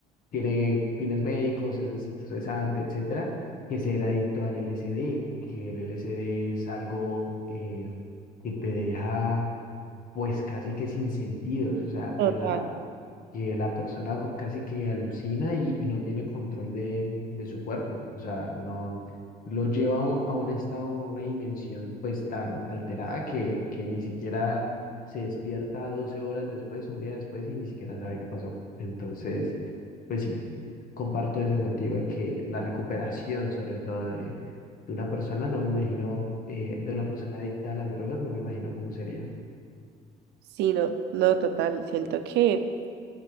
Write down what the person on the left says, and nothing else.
tiene fines médicos, es desestresante, etcétera, que ser adicto al LSD, que el LSD es algo eh, que te deja pues casi que sin sentidos, o sea, que
la, que la persona casi que alucina y, y no tiene control de, de su cuerpo, o sea, no lo lleva a un a un estado, a una dimensión pues tan alterada que, que ni siquiera se despierta 12 horas después, un día después y ni siquiera sabe qué pasó. Entonces, pues sí, comparto eso contigo, de que la recuperación, sobre todo de, de una persona, no me imagino, eh, de una persona adicta a las drogas, no me imagino cómo sería.